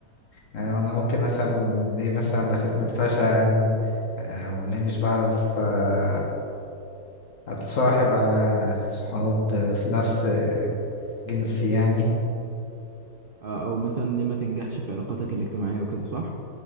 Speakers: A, on the left; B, on the right.
A: يعني انا ممكن افهم ليه مثلا بخاف من الفشل او ليه مش بعرف آه، اتصاحب على صحاب في نفس جنسي يعني
B: آه، او مثلا ليه ما تنجحش في علاقاتك الاجتماعية وكده صح